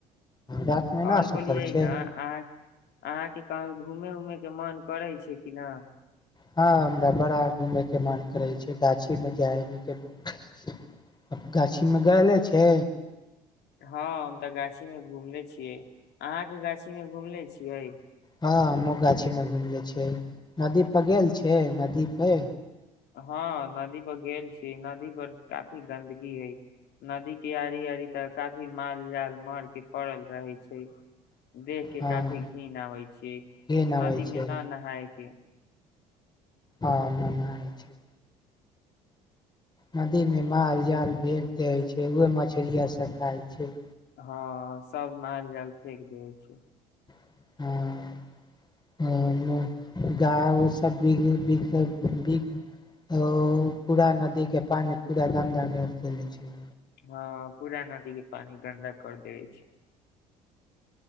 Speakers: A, on the left (about 20°); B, on the left (about 60°).
A: रातिमे
B: और
A: ना सुतल
B: बोलियै
A: छै
B: ने अहाँ, अहाँ के कहीं घूमे ऊमे के मन करै छै की ना।
A: हाँ हमरा बड़ा घूमयके मन करै छै, गाछी मे जाय <unintelligible> गाछी मे गयले छै।
B: हाँ हम ते गाछी मे घुमले छियै, अहाँ के गाछी इन्ने घुमले छियै।
A: हाँ हमु गाछी मे घुमले छिये, नदी पर गेल छै, नदी पे।
B: हाँ नदी पर गेल छी, नदी पर काफी गन्दगी ए, नदी के आड़ी-आड़ी तऽ काफी माल जाल मर के पड़ल रहै छै। देख के
A: हँ
B: काफी घिन्न आबै छी,
A: घिन अबै
B: नदी
A: छै
B: मे ना नहाय के
A: आ मे ना हय छै। नदी मे माल जाल फेक देय छै, उहे मछरीया सब खाय छै।
B: हाँ सब माल जाल फेेक देै छै।
A: <unintelligible> ओय मे गाय उ सब बिग बिग बिग औ पूरा नदी के पानी पूरा गंदा काय के चलै छै।
B: हाँ पूरा नदी के पानी गन्दा कर देय छै।